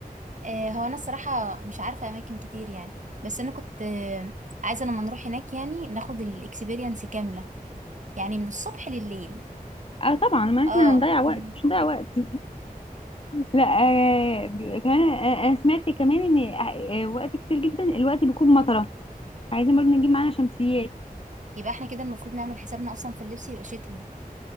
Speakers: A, on the right; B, on the left.
A: آه هو انا الصراحه مش عارفه اماكن كتير يعني بس انا كنت آه، عايزه لما نروح هناك يعني ناخد الاكسبيرينس كامله يعني من الصبح لليل
B: اه طبعا ما
A: اه
B: احنا هنضيع وقت
A: <laughs>
B: مش هنضيع وقت <laughs> لا آه بي- كمان آه انا سمعت كمان ان آه، آه، وقت كتير جدا الوقت بيكون مطرة عايزين برضه نجيب معانا شمسيات
A: يبقى احنا كده المفروض نعمل حسابنا اصلا في اللبس يبقى شتوي